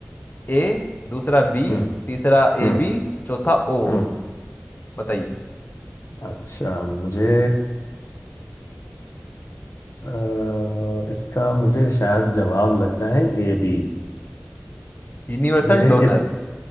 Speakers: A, on the left; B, on the left.
A: ए दूसरा बी
B: हम्म
A: तीसरा ए
B: हम्म,
A: बी चौथा ओ
B: हम्म।
A: बताइए
B: अच्छा मुझे अ, इसका मुझे शायद जवाब लगता है ए बी
A: यूनिवर्सल
B: मुझे
A: डोनर
B: इत,